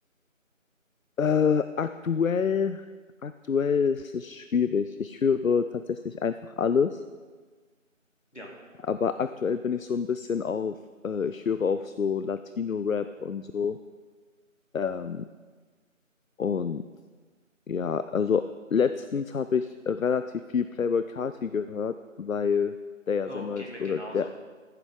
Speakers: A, on the left; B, on the left.
A: äh, aktuell, aktuell ist es schwierig. Ich höre tatsächlich einfach alles.
B: Ja.
A: Aber aktuell bin ich so ein bisschen auf, äh, ich höre auf so Latino-Rap und so. Ähm, und Ja, also letztens habe ich relativ viel Playboi Carti gehört, weil der ja
B: Oh,
A: sein neues,
B: geht mir
A: oder
B: genauso.
A: der,